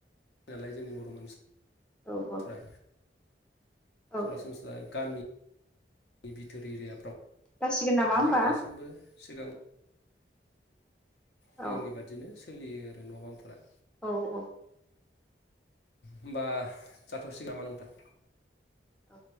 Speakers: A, on the left; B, in the centre.
A: नालाय जोंनि बर' मानसिफ्रा
B: औ औ औ
A: सरासनस्रा गामि बिथोर एरियाफ्राव
B: जासिगोन नामा होमबा
A: हाय दासिमबो सिगां
B: औ
A: सिगांनि बादिनो सोलियो आरो न' बांफोरा
B: औ औ
A: होमबा जाथ'सिग नामा नोंथां
B: ओ